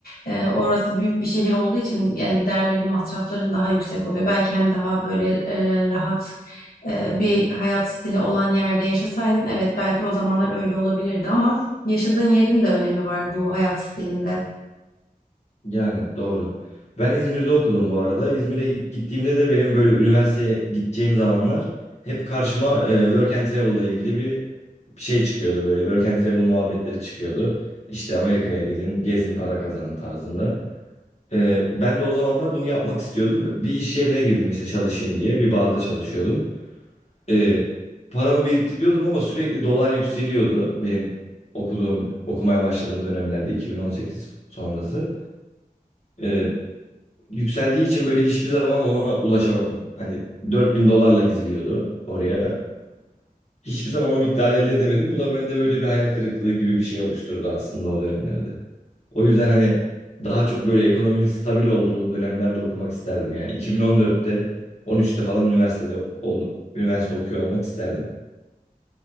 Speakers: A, on the left; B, on the left.
A: Ee, Orası büyük bir şehir olduğu için e, giderlerin, masrafların daha yüksek oluyor. Belki hani daha böyle e, rahat e, bir hayat stili olan yerde yaşasaydın evet belki o zamanlar öyle olabilirdi ama yaşadığın yerin de önemi var bu hayat stilinde.
B: Yani doğru. Ben İzmir'de okudum bu arada. İzmir'e gittiğimde de benim böyle üniversiteye gideceğim zamanlar hep karşıma e, work and travel'la ilgili bir şey çıkıyordu böyle. Work and travel muhabbetleri çıkıyordu. İşte Amerika'ya gidin, gezin, para kazanın tarzında. E, ben de o zamanlar bunu yapmak istiyordum. Bir iş yerine girdim işte çalışayım diye. Bir barda çalışıyordum. E, paramı biriktiriyordum ama sürekli dolar yükseliyordu benim okuduğum, okumaya başladığım dönemlerde 2018 sonrası. E, yükseldiği için böyle hiçbir zaman ona ulaşamadım. Hani 4000 dolarla gidiliyordu oraya. Hiçbir zaman o miktarı elde edemedim. Bu da bende böyle bir hayal kırıklığı gibi bir şey oluşturdu aslında o dönemlerde. O yüzden hani daha çok böyle ekonominin stabil olduğu dönemlerde okumak isterdim yani. 2014'te, 13'te falan üniversitede ol- üniversite okuyor olmak isterdim.